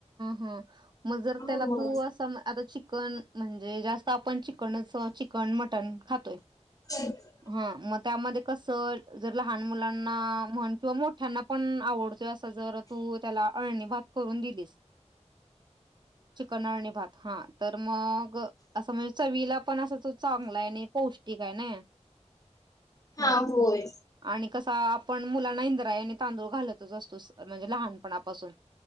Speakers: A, on the right; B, on the left.
A: ह मग जर
B: हो
A: त्याला तू
B: हो
A: असं आता चिकन म्हणजे जास्त आपण चिकनच चिकन मटण खातोय.
B: एक
A: हा मग त्यामध्ये कस जर लहान मुलांना म्हण किंवा मोठ्यांना पण आवडतोय अस जर तू त्याला अळणी भात करून दिलीस चिकन अळणी भात हा तर मग असं म्हणजे विला पण अस. चांगला आहे आणि पौष्टिक आहे ना
B: हा
A: ह
B: होय
A: आणि कसा आपण मुलांना इंद्राया आणि तांदूळ घालतच असतो म्हणजे लहानपणापासून